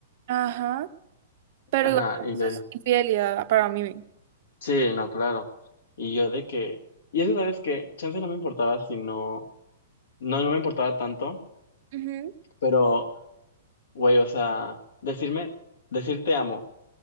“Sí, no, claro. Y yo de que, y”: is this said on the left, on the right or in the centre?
Left